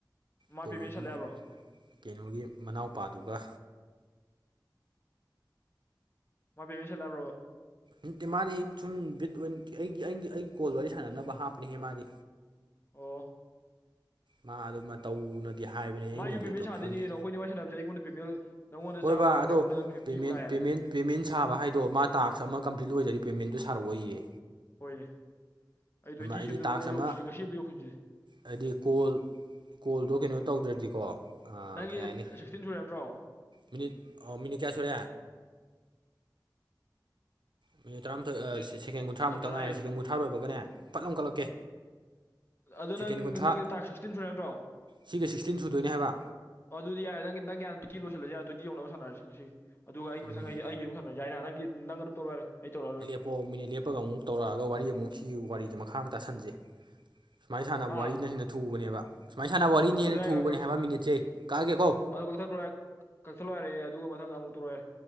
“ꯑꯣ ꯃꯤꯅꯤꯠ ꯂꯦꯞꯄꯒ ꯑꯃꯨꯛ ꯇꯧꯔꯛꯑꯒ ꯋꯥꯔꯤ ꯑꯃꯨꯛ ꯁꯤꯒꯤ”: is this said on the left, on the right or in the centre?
Right